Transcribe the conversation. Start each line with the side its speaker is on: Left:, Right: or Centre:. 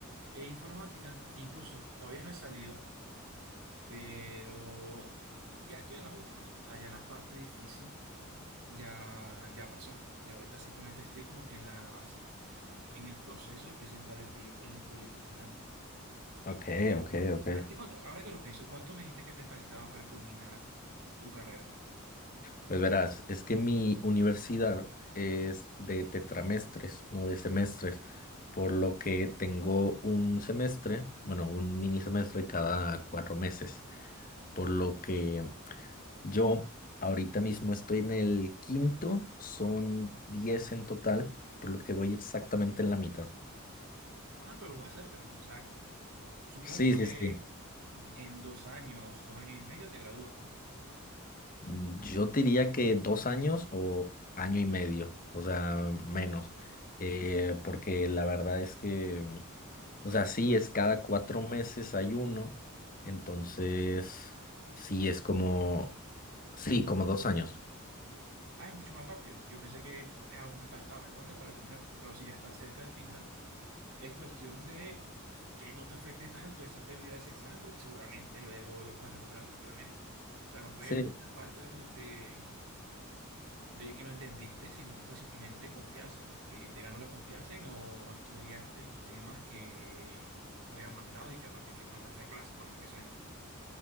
Right: E informática, incluso, todavía no he salido, pero ya estoy en las últimas. O sea, ya la parte difícil ya, ya pasó. Y ahorita simplemente estoy como que en las, en el proceso de presentar el proyec- el proyecto final.
Left: Ok, ok, ok.
Right: A ti, cuánto- ahora que lo pienso, ¿cuánto me dijiste que te faltaba para culminar tu carrera?
Left: Pues verás, es que mi universidad es de tetramestres, no de semestres, por lo que tengo un semestre, bueno, un mini semestre cada cuatro meses, por lo que yo ahorita mismo estoy en el quinto, son diez en total, por lo que voy exactamente en la mitad.
Right: Ah, pero vas cerca. O sea, supongo
Left: Sí,
Right: que
Left: sí, sí.
Right: en dos años, dos años y medio te gradúas, ¿no?
Left: Mm, Yo diría que dos años o año y medio, o sea, menos, Eh, porque la verdad es que, o sea, sí es cada cuatro meses hay uno, entonces sí es como, sí, como dos años.
Right: Ah, es mucho más rápido. Yo pensé que aún te faltaba bastante para terminar. Pero si ya estás cerca del final, es cuestión de que no te afecte tanto esa pérdida de ese examen, porque seguramente luego lo puedes recuperar tranquilamente. O sea, no fue
Left: Sí,
Right: una falta de, cono- de de que no entendiste, sino que fue simplemente confianza, que te ganó la confianza y no estudiaste los temas que habían mandado y que aparte que faltaste a clase por más que sea.